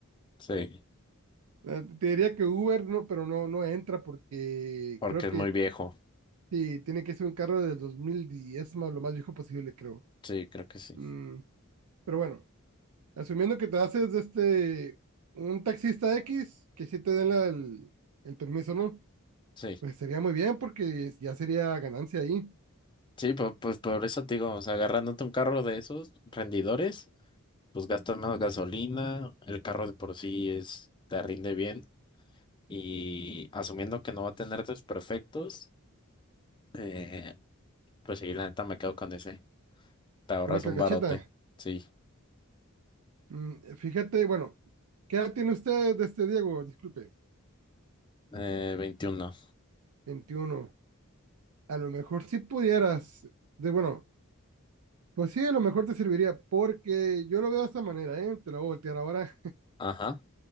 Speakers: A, on the left; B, on the right.
A: Sí,
B: Eh, Te diría que Uber no, pero no, no entra porque
A: porque
B: creo
A: es
B: que
A: muy viejo.
B: Sí, tiene que ser un carro del dos mil diez más lo más viejo posible, creo.
A: Sí, creo que sí.
B: Mm, pero bueno, asumiendo que te haces de este un taxista X, que sí te den la- el, el permiso, ¿no?
A: Sí,
B: Pues sería muy bien porque es- ya sería ganancia ahí.
A: sí, pues, pues por eso te digo, o sea, agarrándote un carro de esos rendidores. pues gastas menos gasolina, el carro de por sí es, te rinde bien y asumiendo que no va a tener desperfectos, eh, pues sí, la neta me quedo con ese. Te ahorras
B: Una
A: un
B: carcachita.
A: barote, sí.
B: Mm, fíjate, bueno, ¿qué edad tiene usted, de este Diego? Disculpe,
A: Eh, 21,
B: 21. A lo mejor si pudieras, de bueno, pues sí, a lo mejor te serviría porque yo lo veo de esta manera, ¿eh? Te lo voy a voltear ahora.
A: ajá,